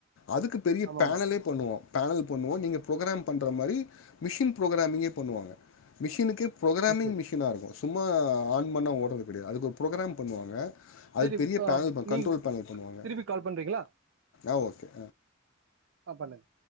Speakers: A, on the left; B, on the right.
A: அதுக்கு பெரிய
B: ஆமாமா
A: பேனலே பண்ணுவோ பேனல் பண்ணுவோ நீங்க ப்ரொகுராம் பண்ற மாரி மிஷின் புரோக்ராமிங்கே பண்ணுவாங்க மிஷினுக்கே ப்ரோகுராமிங்
B: சரி சரி
A: மிஷினா இருக்கு சும்மா ஆன் பண்ணா ஓடுறது கெடையாது அதுக்கு ஒரு ப்ரொகுராம் பண்ணுவா ங்க அதுக்
B: சரி
A: பெரிய
B: ஆ,
A: பேனல் பா
B: நீங்க
A: கண்ட்ரோல் பேனல் பண்ணுவாங்க
B: திருப்பி கால் பண்றீங்களா
A: ஆ ஓகே
B: ஆ பண்ணுங்க